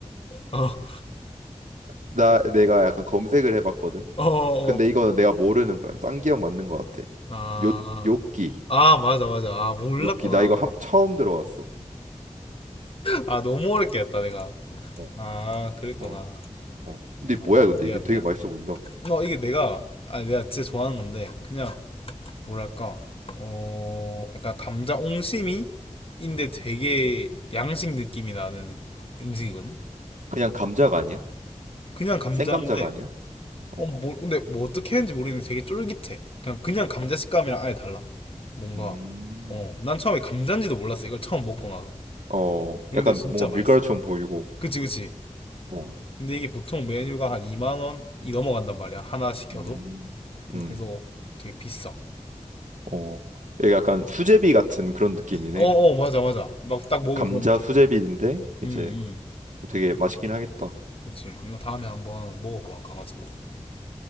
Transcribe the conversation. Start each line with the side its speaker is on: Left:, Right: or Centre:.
Left: 어,
Right: 나 내가 약간 검색을 해봤거든.
Left: 어, 어,
Right: 근데
Left: 어.
Right: 이거는 내가 모르는 거야. 쌍기역 맞는 거 같아.
Left: 아,
Right: 요 요끼
Left: 아, 맞아, 맞아. 아, 몰랐구나.
Right: 요끼 나 이거 함, 처음 들어봤어.
Left: 아, 너무 어렵게 했다, 내가.
Right: 어,
Left: 아, 그랬구나.
Right: 어, 어. 근데 뭐야
Left: 아,
Right: 근데
Left: 미안,
Right: 이게 되게
Left: 미안.
Right: 맛있어 보인다.
Left: 어, 이게 내가, 아, 내가 진짜 좋아하는 건데, 그냥, 뭐랄까 어 약간 감자 옹심이인데 되게 양식 느낌이 나는 느- 음식이거든.
Right: 그냥 감자가 아니야?
Left: 그냥 감자인데
Right: 생감자가 아니야? 어,
Left: 어뭐 근데 뭐 어떻게 했는지 모르겠는데 되게 쫄깃해. 그냥 그냥 감자 식감이랑 아예 달라. 뭔가
Right: 음,
Left: 어 난 처음에 감자인지도 몰랐어. 이걸 처음 먹고 나서.
Right: 어,
Left: 근데
Right: 약간
Left: 진짜
Right: 뭔가
Left: 맛있어.
Right: 밀가루처럼 보이고.
Left: 그치 그치.
Right: 어,
Left: 근데 이게 보통 메뉴가 한 2만 원이 넘어간단 말이야. 하나 시켜도.
Right: 음, 음,
Left: 그래서 되게 비싸.
Right: 어. 이게 약간 수제비 같은 그런 느낌이네.
Left: 어어 맞아 맞아. 막 딱 먹으면
Right: 감자
Left: 그런 느낌.
Right: 수제비인데 이제
Left: 응 응.
Right: 되게 맛있긴 하겠다.
Left: 그치. 이거 다음에 한번 먹어봐 가가지고.